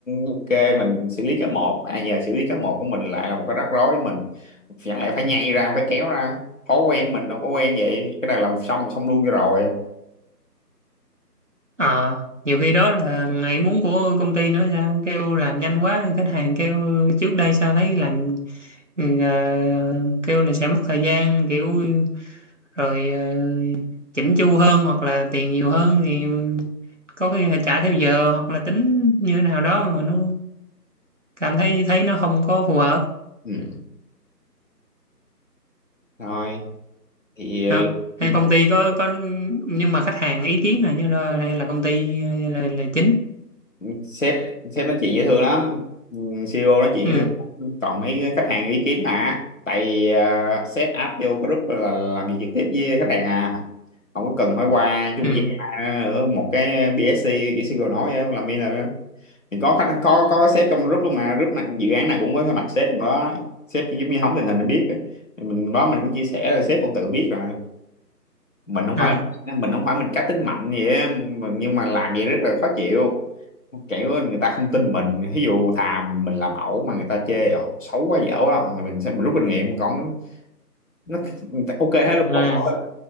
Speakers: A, on the left; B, on the right.
A: ok mình xử lý cái một ai giờ xử lý cái một của mình lại là một cái rắc rối với mình chẳng lẽ phải nhây ra phải kéo ra thói quen mình đâu có quen vậy cái này làm xong là xong luôn cho rồi
B: ờ nhiều khi đó là ngày muốn của công ty nữa sao kêu làm nhanh quá khách hàng kêu trước đây sao thấy làm ừ, ờ, kêu là sẽ mất thời gian kiểu rồi ờ, chỉnh chu hơn hoặc là tiền nhiều hơn thì có khi phải trả theo giờ hoặc là tính như thế nào đó mà nó cảm thấy thấy nó không có phù hợp
A: ừ. thôi thì
B: đó. hay
A: nhưng mà
B: công ty có có nhưng mà khách hàng ý kiến là như là hay là công ty là, là chính
A: sếp sếp nói chuyện dễ thương lắm Ừ, CEO nói chuyện
B: ừ
A: dễ thương lắm. còn mấy khách hàng ý kiến mà tại vì à, sếp áp vô group là làm gì trực tiếp với khách hàng à không có cần phải qua trung
B: ừ
A: gian ai nữa một cái BSC cái CEO nói vậy làm như là thì có khách có có sếp trong group luôn mà group này dự án nào cũng có mặt sếp trong đó sếp chỉ giống như hóng tình hình để biết á. Thì mình đó mình cũng chia sẻ rồi sếp cũng tự biết rồi mình không
B: à,
A: phải mình không phải mình cá tính mạnh vậy á, mà- nhưng mà làm vậy rất là khó chịu kiểu người ta không tin mình ví dụ thà mình làm ẩu mà người ta chê ồ xấu quá dở quá Rồi mình sẽ mình rút kinh nghiệm còn nó ok hết luôn
B: à.
A: còn bỏ-